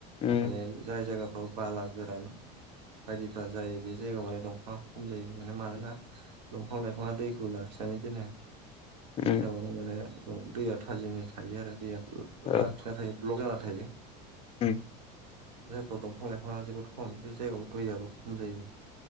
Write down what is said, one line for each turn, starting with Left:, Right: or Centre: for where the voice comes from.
Left: उम
Right: माने जाय जायगाफ्राव बाला गोरान बायदिफ्रा जायो। बे जायगायाव माने दंफाङा खम जायो माने। मानोना दंफां- लाइफाङा दैखौ लाखि <unintelligible> बिनि
Left: उम
Right: जाउनाव माने दैया थाजिमै थायो आरो दैया ला-लाखिना
Left: औ
Right: थायो, ब्लक जाना थायो।
Left: उम
Right: जायफ्राव दंफां -लाइफाङा जोबोद खम, बि जायगायाव दैयाबो खम जायो,